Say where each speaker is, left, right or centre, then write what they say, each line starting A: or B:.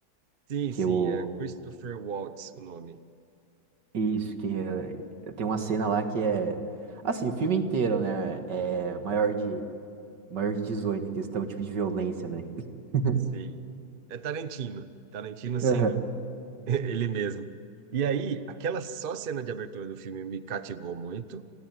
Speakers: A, on the right; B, on the right.
A: Sim,
B: Que
A: sim,
B: o
A: é Christopher Waltz o nome.
B: isso, que é, tem uma cena lá que é assim, o filme inteiro, né, é maior de maior de 18 em questão tipo de violência, né? <laughs>
A: Sim. É Tarantino. Tarantino sendo
B: Aham.
A: <laughs> Ele mesmo. E aí, aquela só cena de abertura do filme me cativou muito.